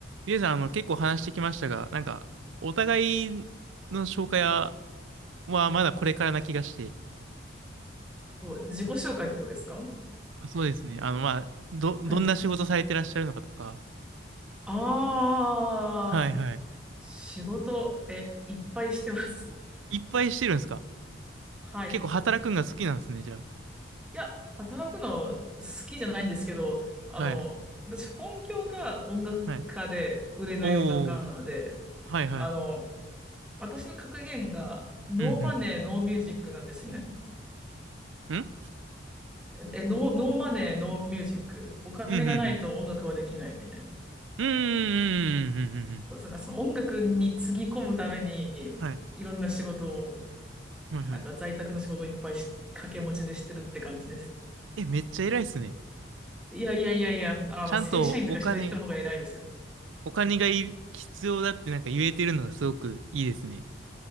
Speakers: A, on the right (about 85°); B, in the centre.
A: リエさん、あの、結構話してきましたが、なんか、お互いの紹介は、はまだこれからな気がして。
B: そう自己紹介ってことですか
A: あそうですね。あの、まあ、ど、どんな仕事されてらっしゃるのかとか。
B: はい。ああ、
A: はいはい。
B: じ仕事、え、いっぱいしてます。
A: いっぱいしてるんですか
B: はい。
A: 結構働くんが好きなんですね、じゃあ。
B: いや、働くの好きじゃないんですけど、あの、
A: はい。
B: 私本業が音楽家で、
A: はい。
B: 売れない音楽家なので、
A: おー。はいはい。
B: あの、私の格言が、ノーマネー、
A: うん
B: ノーミュージックなんですね。
A: うん。ん
B: え、ノー、ノーマネー、ノーミュージック。お金がないと音楽はできないみたいな。
A: うんうんうん。うんうんうんうんうんうんうん。
B: だからその音楽につぎ込むために、
A: はい。
B: いろんな仕事を
A: はいはい。
B: なんか在宅の仕事をいっぱいし掛け持ちでしてるって感じです。
A: え、めっちゃ偉いっすね。
B: いやいやいやいや、あの、
A: ちゃんとお金、
B: 正社員とかしてる人の方が偉いですよ。
A: お金がい必要だってなんか言えてるのがすごくいいですね。